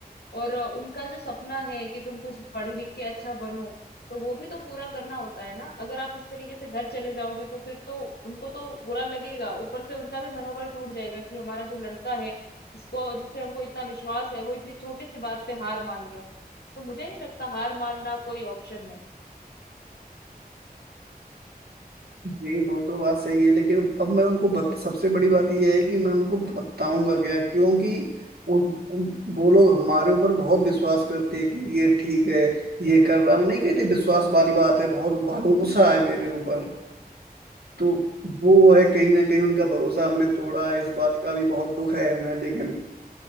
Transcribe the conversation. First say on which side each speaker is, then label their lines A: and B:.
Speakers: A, on the left; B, on the right.
A: और अ, उनका जो सपना है कि तुम कुछ पढ़ लिख के अच्छा बनो तो वो भी तो पूरा करना होता है ना अगर आप इस तरीके से घर चले जाओगे तो फिर तो उनको तो बुरा लगेगा ऊपर से उनका भी मनोबल टूट जाएगा कि हमारा जो लड़का है जिसको जिस पे हमको इतना विश्वास है वो इतनी छोटी सी बात पे हार मान गया तो मुझे नहीं लगता हार मानना कोई ऑप्शन है
B: नहीं वो तो बात सही है लेकिन अब मैं उनको बत, सबसे बड़ी बात यह है कि मैं उनको बताऊंगा क्या क्योंकि उन, उन, वो लोग हमारे ऊपर बहुत विश्वास करते हैं कि ये ठीक है ये कर रहा है। हम नहीं कहते विश्वास वाली बात है बहुत भरोसा है मेरे ऊपर तो वो है कहीं ना कहीं उनका भरोसा हमने तोड़ा है इस बात का भी बहुत दुख है हमें लेकिन